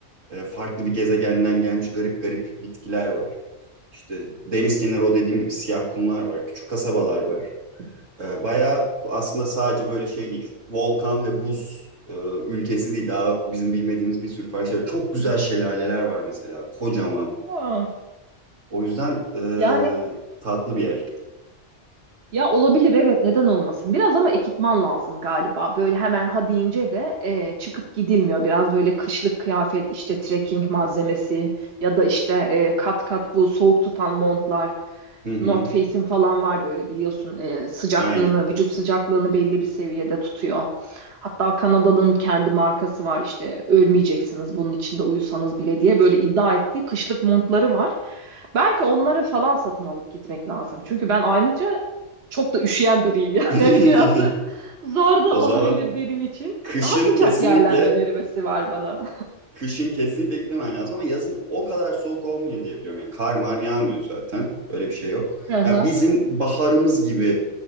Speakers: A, on the right; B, on the right.
A: e, farklı bir gezegenden gelmiş garip garip bitkiler var. İşte deniz kenarı o dediğim gibi siyah kumlar var, küçük kasabalar var. Ee, bayağı aslında sadece böyle şey değil, volkan ve buz e, ülkesi değil. Daha bizim bilmediğimiz bir sürü farklı şey var. Çok güzel şelaleler var mesela, kocaman.
B: Aa.
A: O yüzden e,
B: Yani
A: tatlı bir yer.
B: Ya olabilir evet neden olmasın. Biraz ama ekipman lazım galiba. Böyle hemen ha deyince de e, çıkıp gidilmiyor. Biraz böyle kışlık kıyafet işte trekking malzemesi ya da işte e, kat kat bu soğuk tutan montlar.
A: Hı hı,
B: North Face'in falan var böyle biliyorsun e, sıcaklığını
A: aynen.
B: vücut sıcaklığını belli bir seviyede tutuyor. Hatta Kanada'nın kendi markası var işte ölmeyeceksiniz bunun içinde uyusanız bile diye böyle iddia ettiği kışlık montları var. Belki onları falan satın alıp gitmek lazım. Çünkü ben ayrıca çok da üşüyen biriyim yani.
A: <laughs>
B: <laughs> Hani biraz zor da
A: O
B: olabilir
A: zaman
B: benim için.
A: kışın
B: Daha sıcak
A: kesinlikle
B: yerler önerilmesi var bana.
A: Kışın kesinlikle gitmemen lazım ama yazın o kadar soğuk olmuyor diye biliyorum. Yani kar mar yağmıyor zaten. Öyle bir şey yok.
B: Hı hı.
A: Ya bizim baharımız gibi